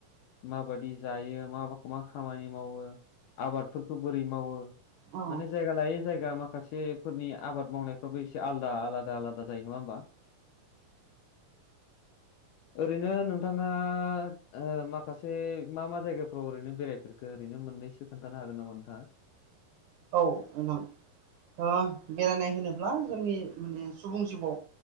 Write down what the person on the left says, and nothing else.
माबादि जायो मा मा खामानि मावो आबादफोरखौ' बोरै मावो।
माने जायगा लायै जायगा माखासेफोरनि आबाद मावनाय फ्राबो एसे आलदा आलादा आलादा जायो नङा होमबा? <inaudible> ओरैनो नोंथाङा ओ माखासे मा मा जायगाफ्राव ओरैनो बेरायफेर खो ओरै मोनैसो खोनथानो हागोन नामा नोंथाङा?